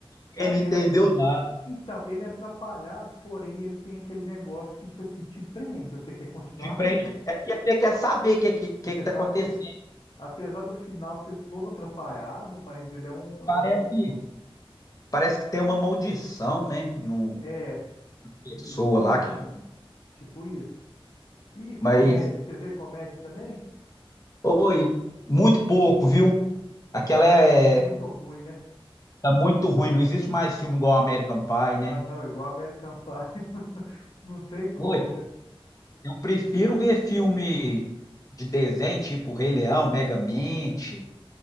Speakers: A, on the left (about 35°); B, on the left (about 65°).
A: Ele
B: Não,
A: não
B: E
A: entendeu
B: ele é, tra-
A: nada.
B: então, ele é atrapalhado, porém ele tem aquele negócio que, tipo assim, te prende, você quer continuar
A: De
B: vendo,
A: frente, é porque você quer saber o que, que, que
B: você quer
A: que tá
B: saber.
A: acontecendo.
B: Apesar do final ser todo atrapalhado, mas ele é um,
A: E
B: é
A: Parece,
B: um bom filme.
A: parece que tem uma maldição, né? No
B: É,
A: pessoa
B: e tipo
A: lá
B: isso
A: que,
B: mesmo, tipo isso. E, e comédia,
A: mas
B: você vê comédia também?
A: oi, muito pouco, viu? Aquela
B: Ultimamente
A: é
B: tá muito ruim, né?
A: tá muito ruim, não existe mais filme igual American Pie,
B: Ah,
A: né?
B: não, igual American Pie. <laughs> Não tem como,
A: Oi,
B: né?
A: eu prefiro ver filme de desenho, tipo Rei Leão, Megamente,